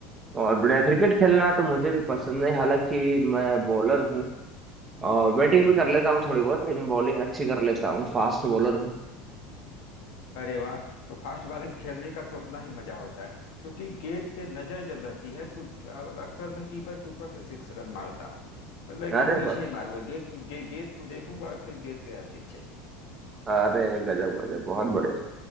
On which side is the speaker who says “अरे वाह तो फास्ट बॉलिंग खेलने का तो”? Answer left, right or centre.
Left